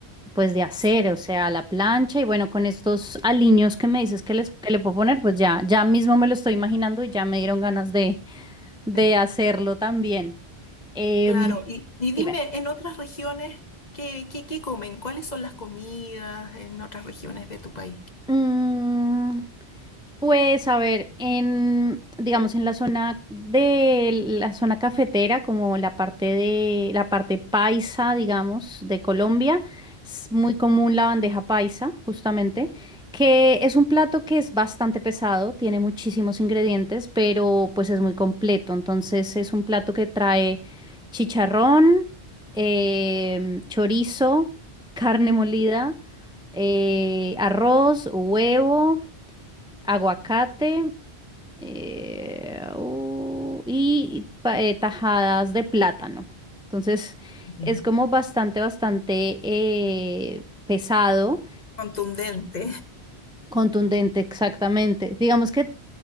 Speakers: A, in the centre; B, on the left.
A: pues de hacer,
B: Sí.
A: o sea, a la plancha y bueno, con estos aliños que me dices que, les, que le puedo poner, pues ya, ya mismo me lo estoy imaginando y ya me dieron ganas de,
B: <laughs>
A: de hacerlo también. Em,
B: Claro, y, y dime,
A: dime.
B: en otras regiones, ¿qué, qué, qué comen? ¿Cuáles son las comidas en otras regiones de tu país?
A: Mm, Pues a ver, en, digamos, en la zona de la zona cafetera, como la parte de la parte paisa, digamos, de Colombia, es muy común la bandeja paisa, justamente, que es un plato que es bastante pesado, tiene muchísimos ingredientes, pero pues es muy completo. Entonces es un plato que trae chicharrón, em, chorizo, carne molida, eh, arroz, huevo aguacate eh, uh, y pa- eh, tajadas de plátano. Entonces
B: Ya.
A: es como bastante, bastante eh, pesado
B: Contundente.
A: Contundente, exactamente. Digamos que